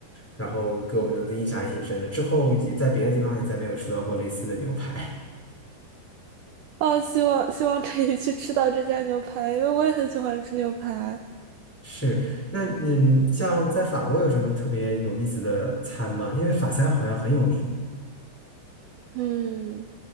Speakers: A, in the centre; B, on the right (about 80°).
A: 然后给我们留的印象还挺深的。之后也在别的地方也再没有吃到过类似的牛排。<laughs>
B: 哦！希望希望可以去吃到这家牛排，因为我也很喜欢吃牛排。
A: 是，那你像在法国有什么特别有意思的餐吗？因为法餐好像很有名。
B: 嗯，